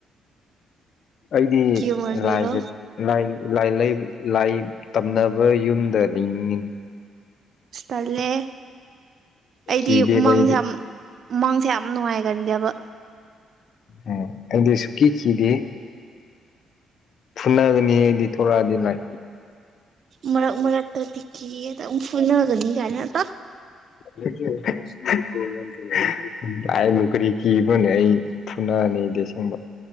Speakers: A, on the left; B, on the right.
A: ꯑꯩꯗꯤ
B: ꯀꯤꯃꯟꯕꯗꯣ
A: ꯂꯥꯢꯟꯗꯅꯤ ꯂꯥꯏ ꯂꯥꯢ ꯂꯩꯕ ꯂꯥꯢ ꯇꯝꯅꯕ ꯌꯨꯝꯗ ꯂꯤꯡꯉꯤꯅꯤ
B: ꯇꯜꯂꯦꯍꯦ ꯑꯩꯗꯤ
A: ꯀꯤꯗꯦꯕ
B: ꯃꯪꯗ
A: ꯑꯩꯗꯤ
B: ꯌꯥꯝ ꯃꯪꯗ ꯌꯥꯝ ꯅꯨꯡꯉꯥꯏꯒꯟꯗꯦꯕ
A: ꯎꯪ ꯑꯗꯤ ꯁꯨꯡꯀꯤ ꯀꯤꯗꯦ ꯐꯨꯅꯥꯒꯅꯤꯍꯦ ꯑꯩꯗꯤ ꯊꯣꯔꯛꯑꯗꯤ ꯂꯥꯏ
B: ꯃꯔꯛ-ꯃꯔꯛꯛꯇ ꯇꯈꯤ ꯀꯤꯌꯦꯗꯐꯨꯅꯒꯅꯤ ꯀꯥꯏꯅ ꯇꯣ
A: INAUDIBLE ꯂꯥꯢꯅꯨꯡ ꯀꯔꯤ ꯀꯤꯕ꯭ꯔꯥꯅꯦ ꯑꯩ ꯐꯨꯅꯅꯤ ꯑꯩꯗꯤꯑꯁꯦꯡꯕ